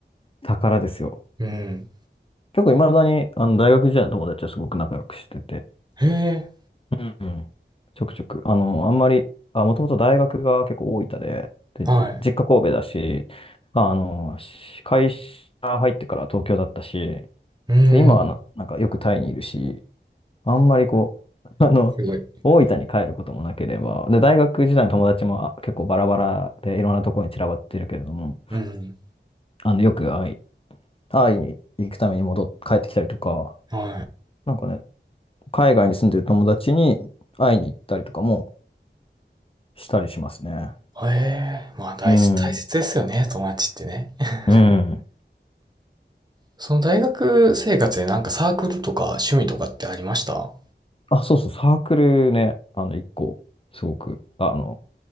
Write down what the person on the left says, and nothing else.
宝ですよ。
結構いまだに、あの、大学時代の友達はすごく仲良くしてて。
うん。うんちょくちょく。あの、あんまり、あ、もともと大学が結構大分で、で、
実家神戸だし、あの、し会社入ってから東京だったし、
で、今はな、なんかよくタイにいるし、あんまりこう、<laughs> あの、
大分に帰ることもなければ、で、大学時代の友達もあ結構バラバラでいろんなところに散らばってるけれども、
あの、よく会い、会いに行くために戻っ、帰ってきたりとか、
なんかね、海外に住んでる友達に会いに行ったりとかもしたりしますね。
うん。
うん。
あ、そうそう、サークルね、あの、一個、すごく、あの、